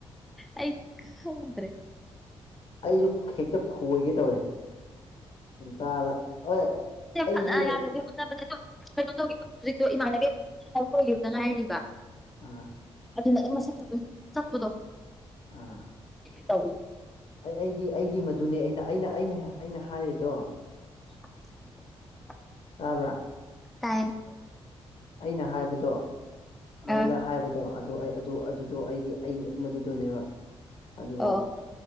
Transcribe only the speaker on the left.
ꯑꯩꯁꯨ ꯍꯦꯛꯇ ꯈꯣꯏꯒꯦ ꯇꯧꯋꯦ ꯇꯥꯗ ꯍꯣꯏ ꯑꯩꯁꯨ
ꯑ
ꯑ
ꯑꯩ ꯑꯩꯗꯤ ꯑꯩꯗꯤ ꯃꯗꯨꯅꯦ ꯑꯩꯅ ꯑꯩꯅ ꯑꯩꯅ ꯑꯩꯅ ꯍꯥꯏꯔꯤꯗꯣ
ꯇꯥꯕ꯭ꯔ
ꯑꯩꯅ ꯍꯥꯏꯕꯗꯣ ꯅꯉꯣꯟꯗ
ꯍꯥꯏꯕꯗꯣ ꯑꯗꯨ ꯑꯩ ꯑꯗꯨ ꯑꯗꯨꯗꯣ ꯑꯩꯗꯤ ꯑꯩ ꯃꯗꯨꯗꯣꯅꯦꯕ ꯑꯗꯨꯕꯨ